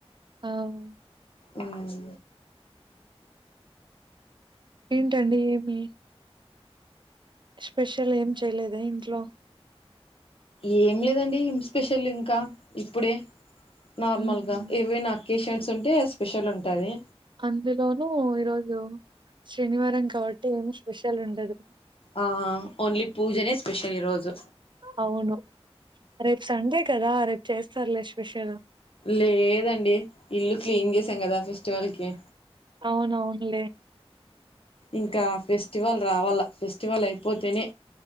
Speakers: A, on the right; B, on the left.
A: ఆహ్
B: ఊమ్
A: ఏంటండి ఏమి స్పెషల్ ఏం చేయలేదా ఇంట్లో
B: ఏం లేదండి ఏం స్పెషల్ ఇంకా ఇప్పుడే నార్మల్
A: ఉమ్
B: గా ఏవైనా అకేషన్స్ ఉంటే స్పెషల్ ఉంటాంది
A: అందులోనూ ఈరోజు శనివారం కాబట్టి ఏమ్ స్పెషల్ ఉండదు
B: ఆ ఓన్లీ పూజనే స్పెషల్ ఈ రోజు
A: ఆవును రేప్ సండే కదా రేపు చేస్తారులే స్పెషల్
B: లేదండి ఇల్లు క్లీన్ చేసాం కదా ఫెస్టివల్ కి
A: అవునవులే
B: ఇంకా ఫెస్టివల్ రావాల ఫెస్టివల్ అయిపోతేనే